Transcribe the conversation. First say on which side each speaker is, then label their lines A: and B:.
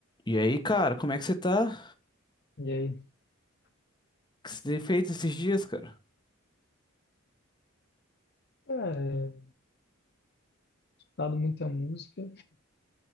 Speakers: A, on the left; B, on the left.
A: E aí, cara, como é que você tá?
B: E aí,
A: O que você tem feito esses dias, cara?
B: cara, é, escutado muita música.